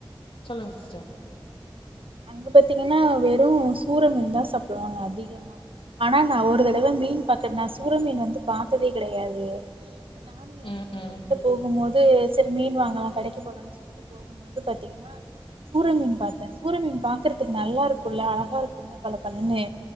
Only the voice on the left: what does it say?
சொல்லுங்க சிஸ்டர்
ம் ம்